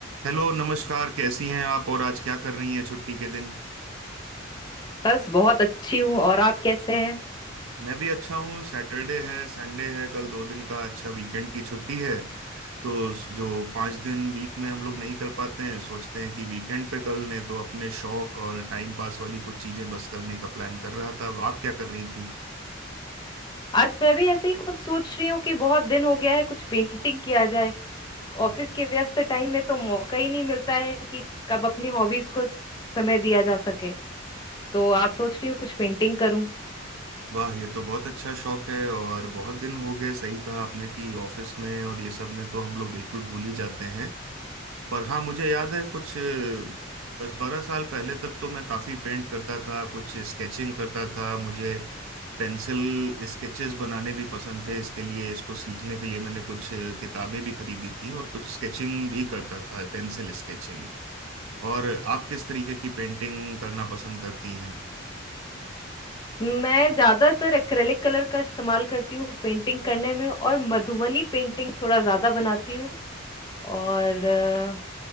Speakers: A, on the right (about 80°); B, on the left (about 20°).
A: Hello नमस्कार कैसी हैं आप और आज क्या कर रही हैं छुट्टी के दिन
B: बस बहुत अच्छी हूँ और आप कैसे हैं
A: मैं भी अच्छा हूँ सैटरडे है संडे है कल दो दिन का अच्छा वीकेंड की छुट्टी है तो जो पाँच दिन वीक में हम लोग नहीं कर पाते हैं सोचते हैं कि वीकेंड पे कर लें तो अपने शौक और टाइम पास वाली कुछ चीज़ें बस करने का प्लान कर रहा था आप क्या कर रही थी
B: आज मैं भी ऐसे ही कुछ सोच रही हूँ कि बहुत दिन हो गया है कुछ पेंटिंग किया जाए
A: हम्म।
B: ऑफिस के व्यस्त टाइम में तो मौका ही नहीं मिलता है कि कब अपनी हॉबीज को समय दिया जा सके तो आज सोच रही हूँ कुछ पेंटिंग करूँ
A: वाह ये तो बहुत अच्छा शौक है और बहुत दिन हो गए सही कहा आपने कि ऑफिस में और ये सब में तो हम लोग बिल्कुल भूल ही जाते हैं पर हाँ मुझे याद है कुछ दस बारह साल पहले तक तो मैं काफी पेंट करता था कुछ स्केचिंग करता था मुझे पेंसिल स्केचेस बनाने भी पसंद थे इसके लिए इसको सीखने के लिए मैंने कुछ किताबें भी खरीदी थी और कुछ स्केचिंग भी करता था पेंसिल स्केचिंग और आप किस तरीके की पेंटिंग करना पसंद करती हैं
B: मैं ज्यादातर एक्रेलिक कलर का इस्तेमाल करती हूँ पेंटिंग करने में और मधुबनी पेंटिंग थोड़ा ज्यादा बनाती हूँ और अ,